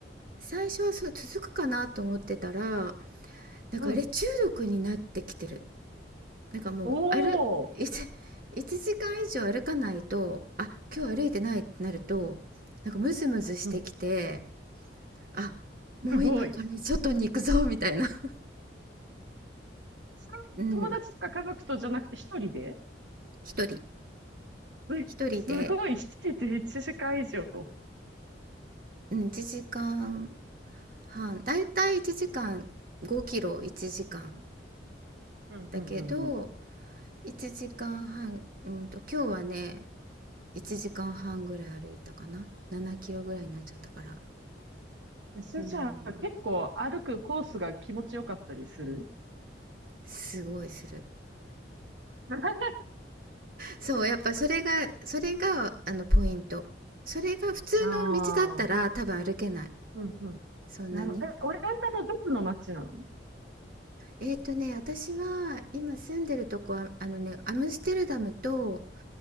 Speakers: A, on the right (about 50°); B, on the right (about 80°).
A: 最初はそう続くかなと思ってたらなんかあれ中毒になってきてる
B: うん。
A: なんかもう歩1
B: おお。
A: 1時間以上歩かないとあ今日歩いてないってなるとなんかムズムズしてきて
B: うん。
A: あもう今から外に行くぞみたいな
B: すごい。
A: <laughs>
B: それ、
A: うん
B: 友達とか家族とじゃなくて一人で
A: 一人
B: え、
A: 一人で
B: すごい。一人で1時間以上。
A: うん、1時間半だいたい1時間5キロ1時間
B: うんうんうんうん。
A: だけど1時間半、うんと、今日はね1時間半ぐらい歩いたかな7キロぐらいになっちゃったから
B: えー、それじゃあ結構歩くコースが気持ちよかったりする
A: うんすごいする
B: <laughs>
A: そうやっぱそれがそれがあのポイントそれが普通の道だったら多分歩けない
B: あうんうん。
A: そんなに
B: なるほど。え、オランダのどこの町なの
A: えっ、とね私は今住んでるとこはあのねアムステルダムと